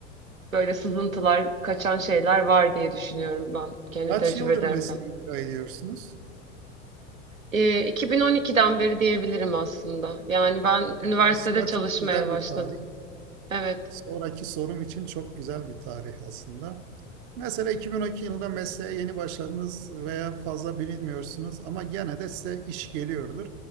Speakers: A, on the right; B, on the right.
A: böyle sızıntılar, kaçan şeyler var diye düşünüyorum ben kendi
B: Kaç
A: tecrübelerimden.
B: yıldır mesleği icra ediyorsunuz?
A: E, 2012'den beri diyebilirim aslında. Yani ben üniversitede
B: Aslında
A: çalışmaya
B: çok güzel
A: başladım.
B: bir tarih.
A: Evet.
B: Sonraki sorum için çok güzel bir tarih aslında. Mesela 2012 yılında mesleğe yeni başladınız veya fazla bilinmiyorsunuz ama gene de size iş geliyordur.